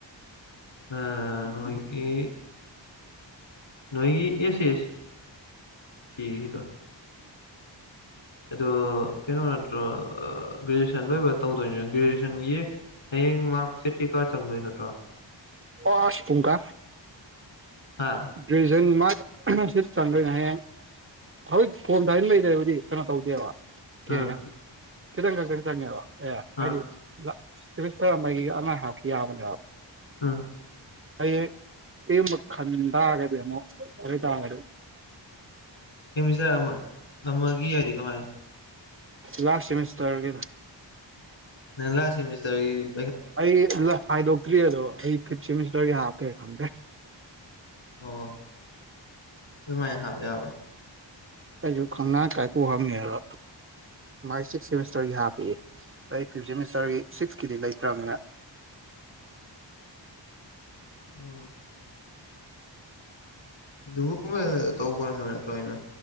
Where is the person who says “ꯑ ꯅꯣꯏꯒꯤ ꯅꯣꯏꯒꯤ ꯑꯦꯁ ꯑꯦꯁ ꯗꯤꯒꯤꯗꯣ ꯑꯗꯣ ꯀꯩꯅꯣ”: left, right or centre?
Left